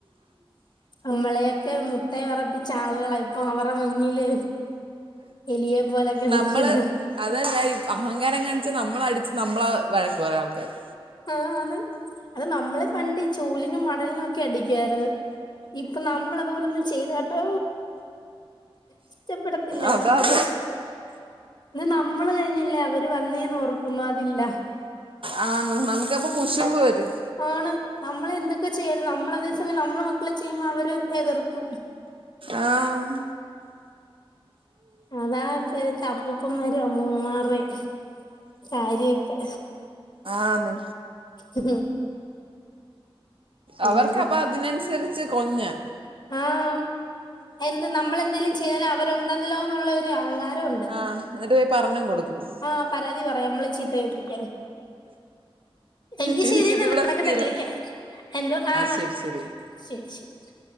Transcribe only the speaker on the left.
നമ്മളെയൊക്കെ മുട്ട് വിറപ്പിച്ച ആളുകളായി ഇപ്പ അവര്ടെ മുന്നില് എലിയെ പോലൊക്കെ നിക്കുന്നെ
ആഹ് അത് അത് നമ്മളെ പണ്ട് ചൂലിനും മടലിനും ഒക്കെ അടിക്കു ആയിരുന്നു ഇപ്പൊ നമ്മൾ അതുപോലെ ഒന്നും ചെയ്താട്ടോ ഇഷ്ടപ്പെടത്തില്ല അവർക്ക്
ഇ നമ്മള് കഴിഞ്ഞല്ലേ അവര് വന്നേന്ന് ഒർക്കും അതില്ല
ആണ് നമ്മള എന്തൊക്കെ ചെയ്യത് നമ്മൾ അതേ സമയം നമ്മളെ മക്കളെ ചെയ്യുമ്പോൾ അവര് എതിർക്കും
അതാ ഇപഴത്തെ അപ്പൂപ്പന്മാരും അമ്മൂമ്മമാരയും സാരിയൊക്കെ
ഉം പിന്നെ
ആഹ് എന്ത് നമ്മൾ എന്തെലും ചെയ്താലും അവരുണ്ടല്ലോന്നുള്ള ഒരു അഹങ്കാരം
ആ പരാതി പറയാം നമ്മളെ ചീത്ത കേൾപ്പിക്കാൻ എങ്കി
ശരി എന്നാ നടക്കട്ടെ
വിളിക്ക എന്തോ ആ
ശരി ശരി